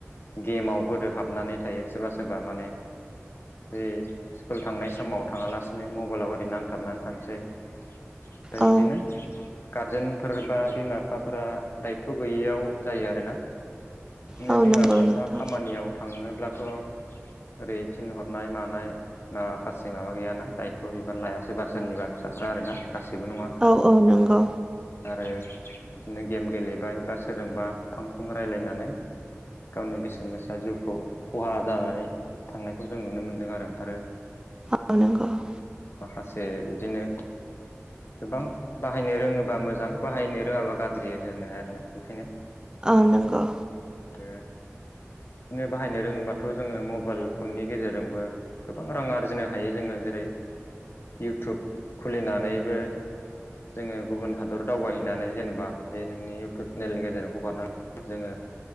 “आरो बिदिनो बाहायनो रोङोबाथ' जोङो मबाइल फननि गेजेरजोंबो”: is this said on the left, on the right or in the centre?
Left